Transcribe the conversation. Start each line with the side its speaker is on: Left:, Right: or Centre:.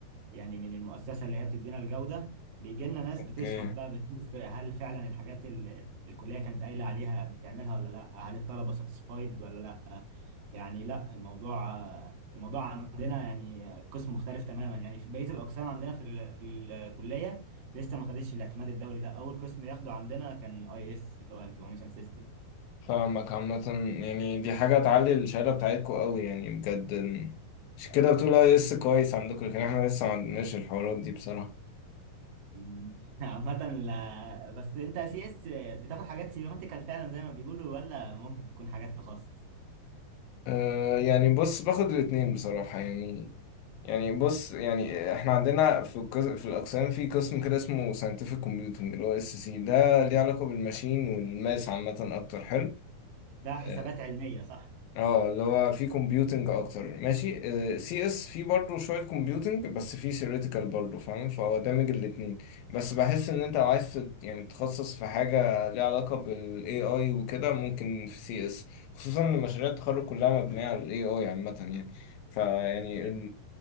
Right: يعني من المؤسسه اللي هي بتدينا الجوده بيجي لنا ناس
Left: اوكي
Right: بتشرف بقى بتشوف هل فعلا الحاجات اللي الكليه كانت قايله عليها بتعملها ولا لا هل الطلبه ساتسفايد ولا لا يعني لا الموضوع الموضوع عندنا يعني قسم مختلف تماما يعني في بقيه الاقسام عندنا في ال- في الكليه لسه ما خدتش الاعتماد الدولي ده اول قسم ياخده عندنا كان اي اس اللي هو انفورميشن سيستم
Left: فاهمك عامة يعني دي حاجة تعلي الشهادة بتاعتكوا قوي يعني بجد عشان كده بتقول اي اس كويس عندكم لكن احنا لسه ما عندناش الحوارات دي بصراحة
Right: مم. <laughs> عامة لا بس انت سي اس بتاخد حاجات سيماتيكال فعلا زي ما بيقولوا ولا ممكن تكون حاجات تخصص
Left: أه يعني بص باخد الاتنين بصراحة يعني يعني بص يعني احنا عندنا في القس- في الأقسام في قسم كده اسمه scientific computing اللي هو اس سي ده ليه علاقة بالماشين والماس عامة أكتر حلو
Right: ده حسابات
Left: آه،
Right: علمية صح؟
Left: اه اللي هو في كومبيوتنج اكتر ماشي سي اس في برضه شويه كومبيوتنج بس في ثيوريتيكال برضه فاهم فهو دامج الاتنين بس بحس ان انت لو عايز تت- يعني تتخصص في حاجه ليها علاقه بالاي اي وكده ممكن في سي اس خصوصا ان مشاريع التخرج كلها مبنيه على الاي اي عامه يعني فيعني
Right: فهمت